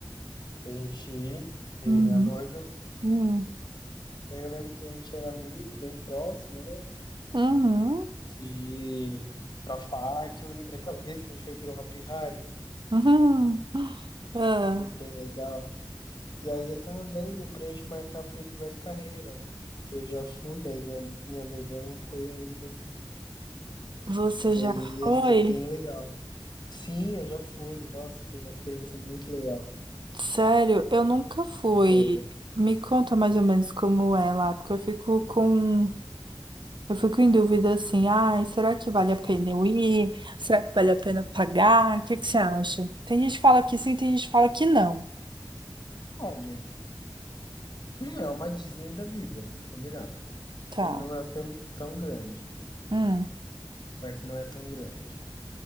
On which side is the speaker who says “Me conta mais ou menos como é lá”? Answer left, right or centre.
Right